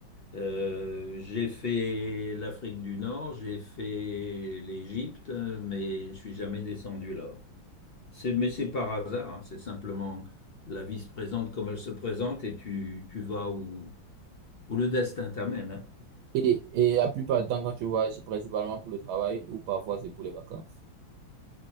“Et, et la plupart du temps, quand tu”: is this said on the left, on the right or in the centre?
Right